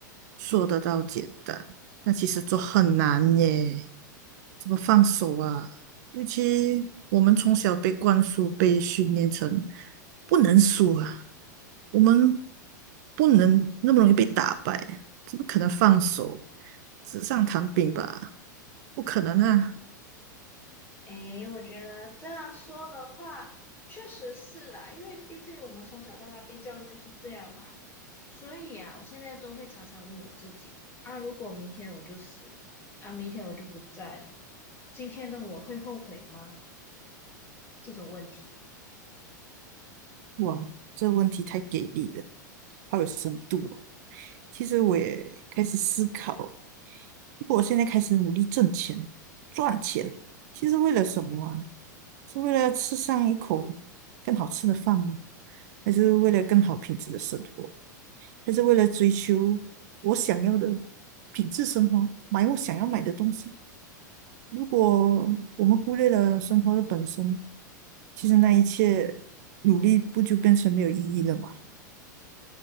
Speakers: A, on the right; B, on the left.
A: 说得到简单，但其实做很难耶。怎么放手啊？
B: 嗯。
A: 尤其我们从小被灌输、被训练成不能输啊，我们不能那么容易被打败，怎么可能放手？纸上谈兵吧。不可能啊！
B: 诶，我觉得这样说的话，确实是啦，因为毕竟我们从小到大被教育就是这样嘛，所以啊，我现在都会常常问我自己，啊，如果明天我就死了，啊，明天我就不在了，今天的我会后悔吗？这种问题，
A: 哇，这问题太给力了，好有深度哦。其实我也开始思考，如果我现在开始努力挣钱、赚钱，其实为了什么啊？是为了要吃上一口更好吃的饭吗？还是为了更好品质的生活？还是为了追求我想要的品质生活，买我想要买的东西？如果我们忽略了生活的本身，其实那一切努力不就变成没有意义了吗？